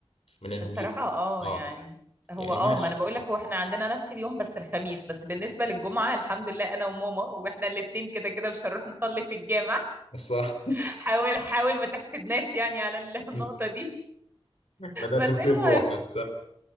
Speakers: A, on the left; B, on the right.
A: من إنهم
B: الصراحة
A: يب...
B: اه
A: آه
B: يعني هو
A: يعني
B: اه
A: ماشي
B: ما انا بقول لك هو احنا عندنا نفس اليوم بس الخميس بس بالنسبة للجمعة الحمد لله انا وماما واحنا الاتنين كده كده مش هنروح نصلي في الجامع
A: صح
B: <laughs> حاول حاول ما تحسدناش يعني على ال-
A: <laughs>
B: <laughs> النقطة دي
A: بلاش
B: بس
A: تصير
B: المهم
A: روح هسه